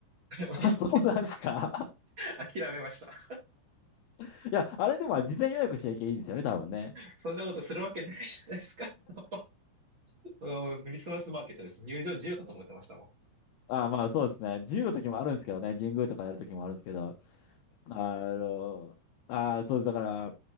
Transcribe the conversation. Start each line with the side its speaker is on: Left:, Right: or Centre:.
Right: <laughs>
Left: あ、
Right: やい。
Left: <laughs> そうなんですか。
Right: 諦めました。
Left: <laughs> いや、あれでも事前予約しちゃいけばいいんですよね、多分ね。
Right: そんなことするわけないじゃないですか。<laughs> うんクリスマスマーケットです。入場自由かと思ってましたも
Left: あ、まあそうですね。自由の時もあるんですけどね、神宮とかやる時もあるんですけど、あの、あ、そうです。だから、